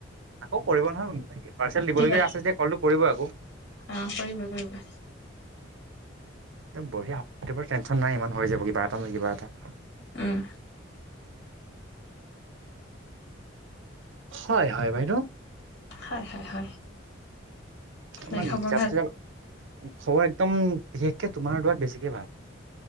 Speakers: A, on the right (about 75°); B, on the left (about 55°).
A: আকৌ কৰিব নহয় পাৰ্চেল দিব
B: কি
A: লগীয়া
B: হ'ল?
A: আছে যেতিয়া কলটো কৰিব আকৌ।
B: অ কৰিব কৰিব।
A: বঢিয়া এতিয়া বাৰু টেনশ্যন নাই ইমান হৈ যাব কিবা এটা নহয় কিবা এটা।
B: উম।
A: হয় হয় বাইদেউ।
B: হয় হয় হয়। বাকী
A: আমাক
B: খবৰ
A: জাপ
B: ভাল?
A: চ খবৰ একদম বিশেষকে তোমাৰ দুৱাত বেছিকে ভাল।